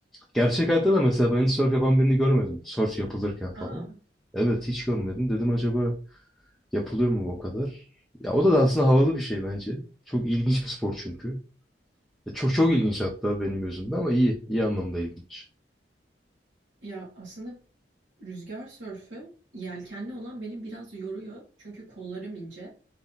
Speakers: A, in the centre; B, on the right.
A: Gerçek hayatta da mesela ben hiç surf yapan birini görmedim. Surf yapılırken falan.
B: Aa,
A: Evet hiç görmedim. Dedim acaba yapılıyor mu o kadar? Ya o da, aslında havalı bir şey bence. Çok ilginç bir spor çünkü. E, çok çok ilginç hatta benim gözümde ama iyi. iyi anlamda ilginç.
B: ya aslında rüzgar sörfü yelkenli olan beni biraz yoruyor. Çünkü kollarım ince.